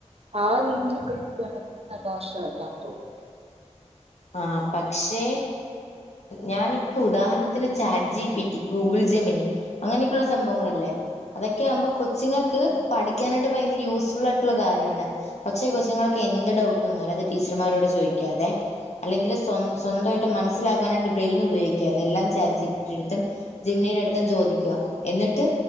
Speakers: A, on the right; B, on the left.
A: ആ രീതിയിലൊക്കെ യൂസ് ചെയ്യാൻ പറ്റുന്നുന്നത് നല്ല വശമായിട്ടാണ് തോന്നുന്നത്
B: ആ പക്ഷേ ഞാനിപ്പോ ഉദാഹരണത്തിന് chat G P T, Google Gemini അങ്ങനെയൊക്കെയുള്ള സംഭവങ്ങളില്ലേ അതൊക്കെ ആവുമ്പോ കൊച്ചിങ്ങൾക്ക് പഠിക്കാനായിട്ട് ഭയങ്കര യൂസ്ഫുൾ ആയിട്ടുള്ള കാര്യമാണ്. പക്ഷെ കൊച്ചുങ്ങൾക്ക് എന്ത് ഡൗട്ട് വന്നാലും അത് ടീച്ചർമാരോട് ചോദിക്കാതെ അല്ലെങ്കിൽ സ്വ സ്വന്തമായിട്ട് മനസ്സിലാക്കാനായിട്ട് ബ്രെയിൻ ഉപയോഗിക്കാതെ എല്ലാം ചാറ്റ് ജി. പി. ടി അടുത്തും ജെമിനിയുടെ അടുത്തും ചോദിക്കുക. എന്നിട്ട്